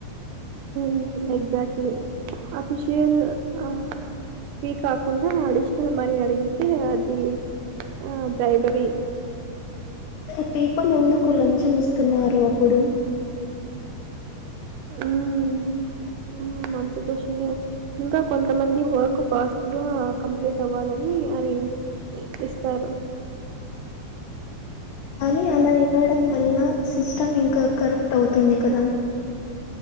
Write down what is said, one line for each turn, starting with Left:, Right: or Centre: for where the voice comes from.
Right: మ్ ఎక్జాక్ట్లీ ఆఫిషియల్ ఆ ఫీ కాకుండా అడిషనల్ మనీ అడిగితే అది ఆ బ్రైబరీ
Left: మరి పిపుల్ ఎందుకు లంచం ఇస్తున్నారు అప్పుడు
Right: మ్ మ్ మంచి కొషనే ఇంకా కొంతమంది వర్క్ ఫాస్ట్ గా కంప్లీట్ అవ్వాలని అని ఇస్తారు
Left: కానీ అలా ఇవ్వడం వల్ల సిస్టమ్ ఇంకా కరప్ట్ అవుతుంది కదా